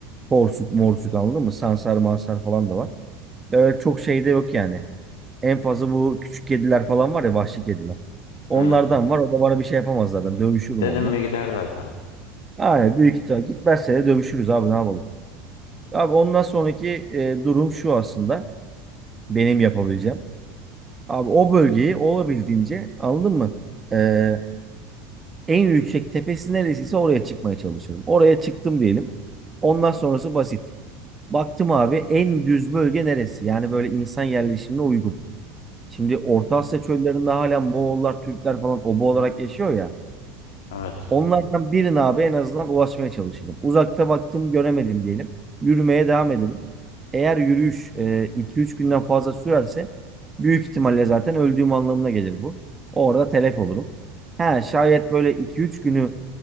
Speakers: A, on the right (about 20°); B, on the left (about 70°).
A: Porsuk morsuk anladın mı? Sansar mansar falan da var. Böyle çok şey de yok yani. En fazla bu küçük kediler falan var ya vahşi kediler. Onlardan
B: Hı.
A: var o da bana bir şey yapamaz zaten dövüşürüm
B: Dedim
A: onunla.
B: mi gider zaten.
A: Yani büyük ihtimal gitmezse de dövüşürüz abi ne yapalım. Abi ondan sonraki e, durum şu aslında benim yapabileceğim. Abi o bölgeyi olabildiğince anladın mı? Ee, en yüksek tepesi neresiyse oraya çıkmaya çalışıyorum. Oraya çıktım diyelim. Ondan sonrası basit. Baktım abi en düz bölge neresi? Yani böyle insan yerleşimine uygun. Şimdi Orta Asya çöllerinde hala Moğollar, Türkler falan oba olarak yaşıyor ya.
B: Evet.
A: Onlardan birine abi en azından ulaşmaya çalışırım. Uzakta baktım göremedim diyelim. Yürümeye devam edelim. Eğer yürüyüş 2-3 günden fazla sürerse büyük ihtimalle zaten öldüğüm anlamına gelir bu. Orada telef olurum. Ha, şayet böyle 2-3 günü